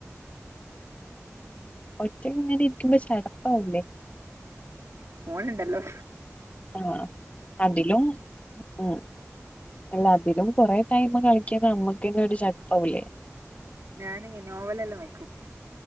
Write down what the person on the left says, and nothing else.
ഒറ്റക്ക്ങ്ങനെ ഇരിക്കുമ്പോ ശടപ്പാവൂല്ലേ
ആഹ് അതിലും ഉം അല്ലതിലും കൊറെ ടൈമ് കളിക്ക്നാ അമ്മക്കന്നെ ഒര് ശട്പ്പാവൂല്ലേ